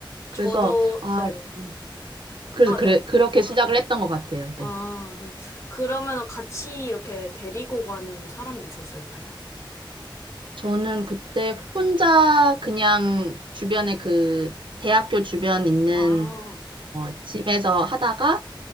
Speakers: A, on the right; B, on the left.
A: 그래서
B: 저도,
A: 아,
B: 네.
A: 음, 그래서
B: 아,
A: 그래
B: 네.
A: 그렇게 시작을 했던 것 같아요.
B: 아,
A: 네.
B: 네. 그러면 같이 이렇게 데리고 간 사람이 있었을까요?
A: 저는 그때 혼자 그냥 주변에 그 대학교 주변 있는
B: 아,
A: 어, 집에서 하다가